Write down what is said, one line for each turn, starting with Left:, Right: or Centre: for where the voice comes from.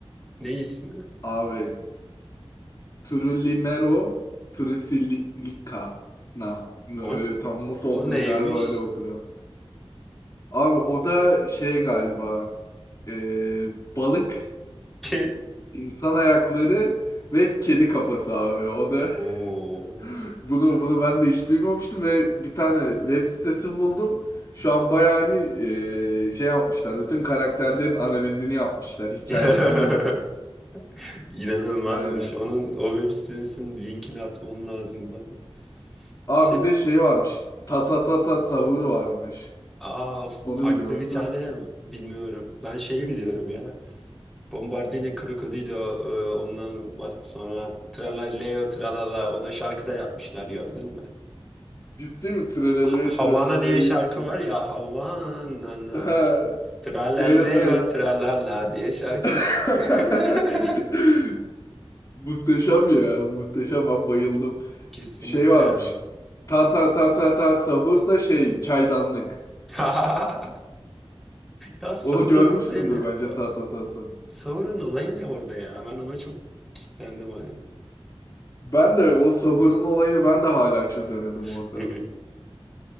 Centre: Ne ismi?
Left: Abi Trulimero Trusilicana mı
Centre: O,
Left: öyle tam nasıl
Centre: o
Left: okunuyor
Centre: neymiş?
Left: galiba öyle okunuyor. Abi o da şey galiba e, balık,
Centre: <laughs>
Left: insan ayakları ve kedi kafası abi. O da
Centre: Oo.
Left: <laughs> bunu bunu ben de hiç duymamıştım ve bir tane web sitesi buldum. Şu an bayağı hani e, şey yapmışlar. Bütün karakterlerin analizini yapmışlar, hikayesini
Centre: <laughs>
Left: yazıp.
Centre: İnanılmazmış.
Left: Yani
Centre: Onun o web sitesinin linkini atman lazım bana.
Left: Abi
Centre: Şey,
Left: bir de şey varmış. Ta ta ta ta savur varmış.
Centre: aa
Left: Onu
Centre: farklı
Left: biliyor musun?
Centre: bir tane bilmiyorum. Ben şeyi biliyorum ya. Bombardino Krokodilo e, ondan va- sonra Tralaleo Tralala ona şarkı da yapmışlar gördün mü?
Left: Ciddi mi? Treleleye
Centre: Ha- Havana
Left: treleleyeymişim.
Centre: diye şarkı var ya Havana.
Left: Ha,
Centre: Tralalleo
Left: Evet evet.
Centre: tralala diye şarkı yapmışlar
Left: <laughs>
Centre: ona. <laughs>
Left: Muhteşem ya. Muhteşem. Ben bayıldım.
Centre: Kesinlikle
Left: Şey varmış.
Centre: ya.
Left: Ta ta ta ta ta sahur da şey çaydanlık.
Centre: <laughs> Ya Sauron
Left: Onu görmüşsündür
Centre: olayı ne?
Left: bence ta ta ta sahur.
Centre: Sauron olayı ne orada ya? Ben ona çok kitlendim hani.
Left: Ben de o sahurun olayını ben de hala çözemedim
Centre: <laughs>
Left: orada.